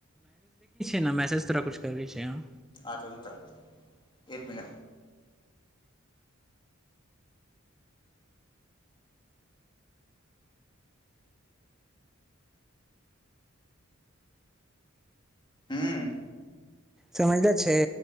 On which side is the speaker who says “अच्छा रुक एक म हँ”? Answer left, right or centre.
Left